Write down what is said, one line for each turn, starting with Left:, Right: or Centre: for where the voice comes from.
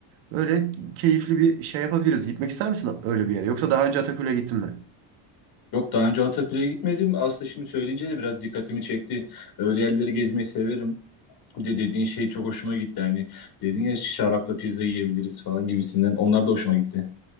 Right: Böyle keyifli bir şey yapabiliriz. Gitmek ister misin öyle bir yere? Yoksa daha önce Ataköy'e gittin mi?
Left: Yok daha önce Atakule'ye gitmedim. Aslında şimdi söyleyince de biraz dikkatimi çekti. Öyle yerleri gezmeyi severim. Bir de dediğin şey çok hoşuma gitti. Hani dedin ya şarapla pizza yiyebiliriz falan gibisinden. Onlar da hoşuma gitti.